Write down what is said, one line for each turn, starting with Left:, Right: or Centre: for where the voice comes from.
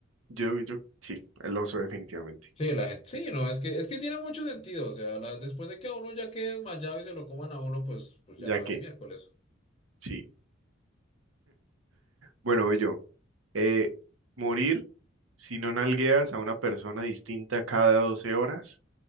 Right: Yo, yo, sí, el oso definitivamente.
Left: Sí, la gente, sí, no, es que es que tiene mucho sentido. O sea, la- después de que a uno ya quede desmayado y se lo coman a uno, pues, pues
Right: Ya
Left: ya vale
Right: que,
Left: miércoles.
Right: sí. Bueno, voy yo. Eh, morir si no nalgueas a una persona distinta cada 12 horas